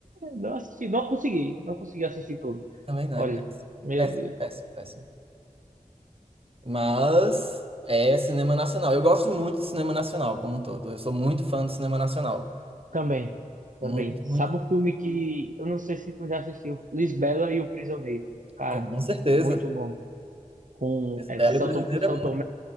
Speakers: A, on the right (about 65°); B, on the right (about 40°).
A: Não assisti, não consegui. Não consegui assistir tudo.
B: Também não
A: Olha,
B: é
A: meu
B: péssimo,
A: Deus.
B: péssimo, péssimo. Mas é cinema nacional. Eu gosto muito de cinema nacional como um todo. Eu sou muito fã do cinema nacional.
A: Também. Também.
B: Muito, muito.
A: Sabe um filme que. Eu não sei se tu já assistiu. Lisbela e o Prisioneiro. Cara,
B: Com certeza.
A: muito bom. Com é,
B: Bela
A: Selton,
B: e Prisioneiro
A: Selton
B: é